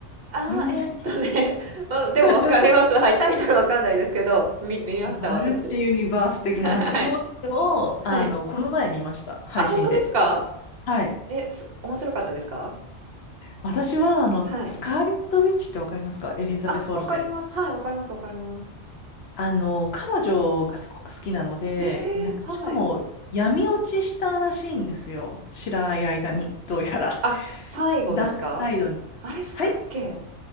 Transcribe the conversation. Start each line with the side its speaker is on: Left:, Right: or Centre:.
Right: あー、
Left: ユニバース、
Right: えーっとね、<laughs> まあでもわかります。
Left: <laughs>
Right: はい。タイトルわかんないですけど、見、見ました、
Left: マルチユニバース的な、
Right: 私。<laughs> はい。
Left: なんかそういうのを、
Right: はい。
Left: あの、この前見ました。配信で。
Right: あ、本当ですか
Left: はい。
Right: え、す、面白かったですか
Left: 私は、あの、
Right: はい。
Left: スカーレット・ウィッチってわかりますかエリザベス・
Right: あ、
Left: オルセン。
Right: わかります。はい、わかります、わかります。
Left: あの、彼女がすごく好きなので、
Right: えー、
Left: なんか、
Right: はい。
Left: しかも、闇落ちしたらしいんですよ。知らない間に、どうやら。
Right: あ、
Left: <laughs>
Right: 最後ですか
Left: ダークサイドに。
Right: あれしたっけ
Left: はい。